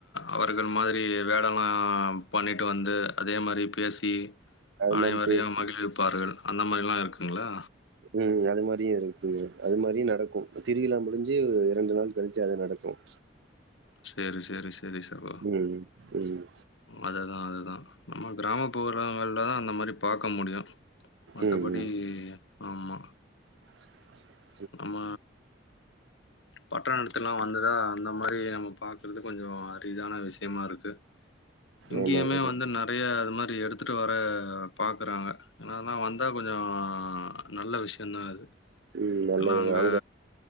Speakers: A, on the left; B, on the right.
A: அவர்கள் மாதிரி வேடொல்லா பண்ணிட்டு வந்து அதே மாரி பேசி
B: அது
A: அனைவரையும்
B: மாரி பேசி
A: மகிழ்விப்பார்கள் அந்த மாரில்லா இருக்குங்ளா
B: ம் அது மாரியு இருக்குங்க அது மாரியு நடக்கூ திருவிழா முடிஞ்சி ரெண்டு நாள் கழிச்சி அது நடக்கும்
A: செரி செரி செரி சகோ
B: ம், ம்
A: அததுதா அதுதா நம்ம கிராமப்புறங்களதா அந்த மாரி பாக்க முடியு மத்தபடி
B: ம், ம்.
A: ஆமா
B: <inaudible>
A: நம்ம பட்டணத்துலலா வந்துதா அந்த மாரி நம்ம பாக்குறது கொஞ்சோ அரிதான விஷயமாருக்கு இங்கேயுமே
B: ஆமா சகோ.
A: வந்து நறைய அது மாரி எடுத்துட்டு வர பாக்குறாங்க என்னதுனா வந்தா கொஞ்சோ நல்ல விஷயந்தா அது
B: ம் நல்லதுதான்.
A: எல்லா அங்க